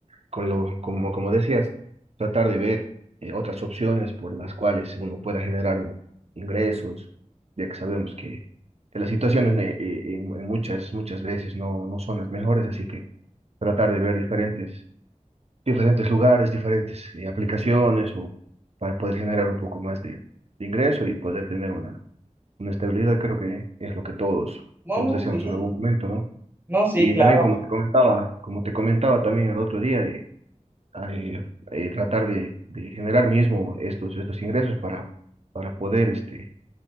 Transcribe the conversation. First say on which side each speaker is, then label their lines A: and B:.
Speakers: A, on the right; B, on the right.
A: con lo, como, como decías, tratar de ver eh, otras opciones por las cuales uno pueda generar un- ingresos, ya que sabemos que, que las situaciones eh, eh, en, en muchas, muchas veces no, no son las mejores, así que tratar de ver diferentes, diferentes lugares, diferentes eh, aplicaciones o para poder generar un poco más de, de ingreso y poder tener una, una estabilidad, creo que es lo que todos,
B: No,
A: todos
B: no,
A: deseamos
B: sí,
A: en algún momento, ¿no?
B: no, sí,
A: Y
B: claro.
A: también como te comentaba, como te comentaba también el otro día, eh, a, eh, eh, tratar de, de generar mismo estos, estos ingresos para, para poder este,